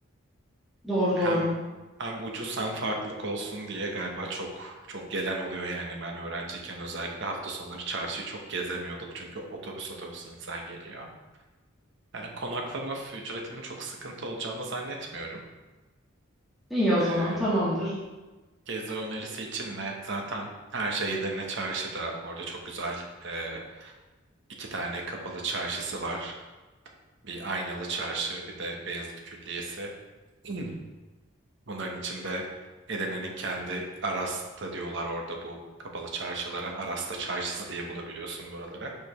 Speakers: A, in the centre; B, on the right.
A: Doğru
B: Hem
A: doğru.
B: hem ucuz hem farklılık olsun diye galiba çok çok gelen oluyor yani. Ben öğrenciyken özellikle hafta sonları çarşıyı çok gezemiyorduk. Çünkü otobüs otobüs insan geliyor. E, konaklama ücretinin çok sıkıntı olacağını zannetmiyorum.
A: İyi o zaman
B: E,
A: tamamdır.
B: Gezi önerisi için de zaten her şey Edirne Çarşı'da. Orada çok güzel e, iki tane kapalı çarşısı var. Bir Aynalı Çarşı, bir de Beyazıt Külliyesi. <clears throat> Hmm. Bunların içinde Edirne'nin kendi Arasta diyorlar orada bu kapalı çarşılara. Arasta Çarşısı diye bulabiliyorsun buraları.